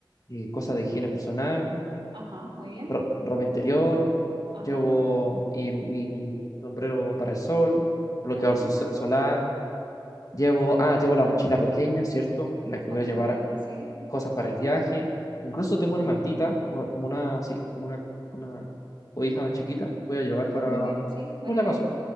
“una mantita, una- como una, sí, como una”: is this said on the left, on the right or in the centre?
Left